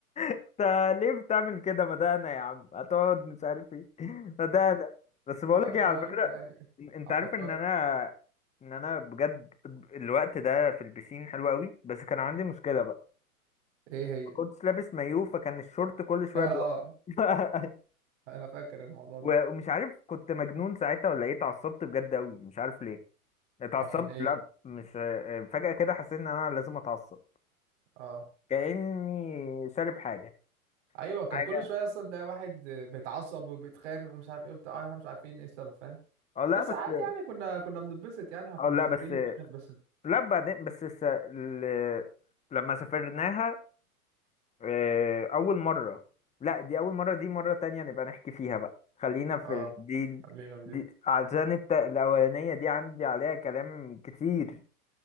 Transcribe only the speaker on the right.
اه
ما
انا
قلت يعني
افكرك
ايه هي
<laughs>
اه
انا فاكر الموضوع ده
عشان ايه
اه
ايوه كان
كل شويه اصلا تلاقي واحد بيتعصب وبيتخانق ومش عارف ايه وبتاع اه، احنا مش عارفين ايه السبب فاهم
بس
عادي يعني كنا كنا بنتبسط يعني إحنا كنا
مسافرين
يومين بنتبسط
اه
خلينا في
دي